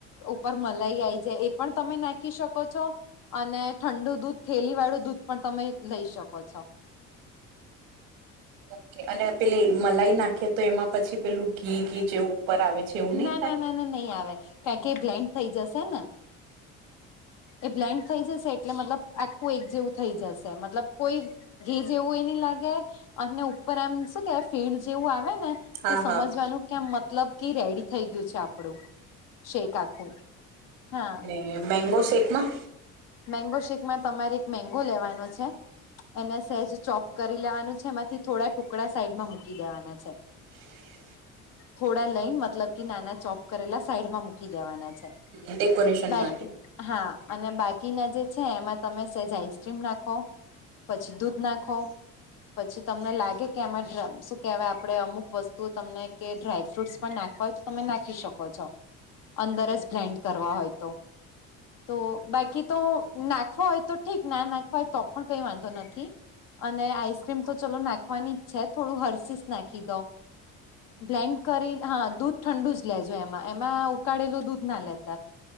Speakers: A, on the left; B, on the right.
A: ઉપર મલાઈ આવી જાય એ પણ તમે નાખી શકો છો. અને ઠંડુ દૂધ થેલી વાળું દૂધ પણ તમે લઈ શકો છો.
B: ઓકે અને પેલી મલાઈ નાખીએ તો એમાં પછી પેલું ઘી ઘી જેવું ઉપર આવે છે એવું વું નહી
A: ના
B: થાય?
A: ના ના ના નહીં આવે કારણ કે બ્લેન્ડ થઈ જશે ને એ બ્લેન્ડ થઈ જશે એટલે મતલબ આખું એક જેવું થઈ જશે મતલબ કોઈ ઘી જેવુંય નહીં લાગે અને ઉપર આમ શું કેવાય ફીણ જેવું આવે ને!
B: હા
A: તે
B: હા.
A: સમજવાનું કેમ મતલબ કે રેડી થઈ ગયું છે આપણું. શેક આખું. હા.
B: એ મેંગો શેકમાં
A: મેગો શેકમાં તમારે એક મેગો લેવાનો છે. એના સહેજ ચોપ કરી લેવાનું છે એમાંથી થોડા ટુકડા સાઈડમાં મૂકી દેવાના છે.
B: <inaudible>
A: થોડા લઈન મતલબ કે નાના ચોપ કરેલા સાઈડમાં મૂકી દેવાના છે.
B: ડેકોરેશન
A: બાકી
B: માટે
A: હા અને બાકી કી ના જે છે એમાં તમે સેજ આઈસક્રીમ નાખો, પછી દૂધ નાખો, પછી તમને લાગે કે એમાં શું કેવાય આપડે અમુક વસ્તુઓ તમને કે ડ્રાયફ્રૂટસ પણ નાખવા હોય તો તમે નાખી શકો છો, અંદર જ બ્લેન્ડ કરવા હોય તો. તો બાકી તો નાખવા હોય તો ઠીક, ના નાખવા હોય તો પણ કઈ વાંધો નથી. અને આઈસક્રીમ તો ચલો નાખવાની જ છે થોડું હર્સીસ નાખી દો. બ્લેન્ડ કરીને હા દૂધ ઠંડુ જ લેજો એમાં એમાં ઉકાળેલું દૂધ ના લેતા.